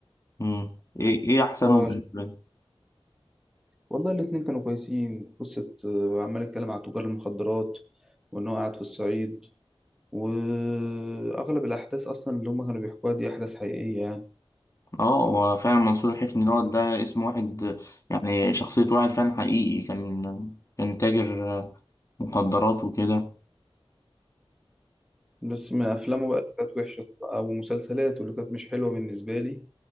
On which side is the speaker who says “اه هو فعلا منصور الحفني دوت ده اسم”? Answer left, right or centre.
Left